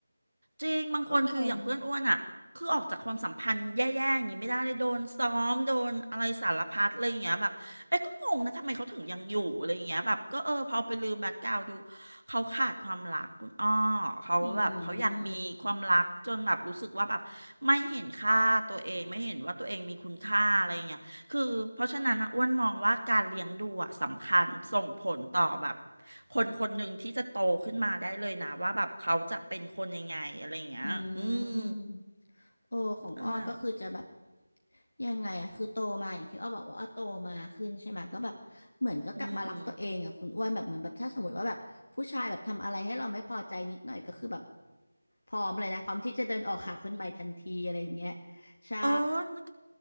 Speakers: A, on the right; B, on the left.
A: จริงบางคนคืออย่างเพื่อนอ้วนอ่ะคือออกจากความสัมพันธ์แย่ๆอย่างนี้ไม่ได้เลยโดนซ้อมโดนอะไรสารพัดอะไรอย่างเงี้ยแบบเอ้ยก็งงนะทำไมเขาถึงยังอยู่อะไรอย่างเงี้ยแบบก็เออพอไปลือแบ็คกราวดู
B: ก็งง
A: เขาขาดความรักคุณอ้อเขาแบบเขาอยากมีความรักจนแบบรู้สึกว่าแบบไม่เห็นค่าตัวเองไม่เห็นว่าตัวเองมีคุณค่าอะไรอย่างเงี้ย
B: อืม
A: คือเพราะฉะนั้นนะอ้วนมองว่าการเลี้ยงดูอ่ะสำคัญส่งผลต่อแบบคนคนหนึ่งที่จะโตขึ้นมาได้เลยนะว่าแบบเขาจะเป็นคนยังไงอะไรอย่างเงี้ยอืม
B: อืมโอของอ้อก็คือจะแบบ
A: นั่นแหละ
B: ยังไงอะคือโตมาอย่างที่อ้อบอกว่าอ้อโตมาขึ้นใช่ไหมก็แบบเหมือนก็กลับมารักตัวเองอะคุณอ้วนแบบเหมือนแบบถ้าสมมติว่าแบบผู้ชายแบบทำอะไรให้เราไม่พอใจนิดหน่อยก็คือแบบ
A: อืม
B: พร้อมเลยนะพร้อมที่จะเดินออกหาคนใหม่ทันทีอะไรอย่างเงี้ยใช่
A: เออ